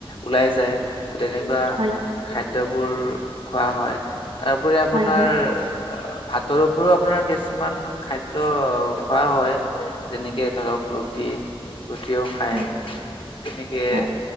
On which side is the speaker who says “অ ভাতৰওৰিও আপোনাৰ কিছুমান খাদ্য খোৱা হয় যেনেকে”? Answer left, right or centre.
Left